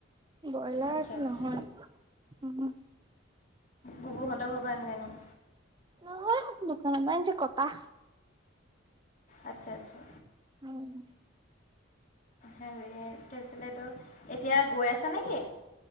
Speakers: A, on the right; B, on the left.
A: ব্ৰইলাৰ
B: আচ্ছা
A: টো
B: আচ্ছা
A: নহয় উম।
B: ববুহঁতৰ পৰা আনিলে আনিম।
A: নহয় দোকানৰ পৰা যে কটা
B: আচ্ছা আচ্ছা।
A: উম
B: হেৰি কি আছিলে তোৰ এতিয়া গৈ আছে নেকি?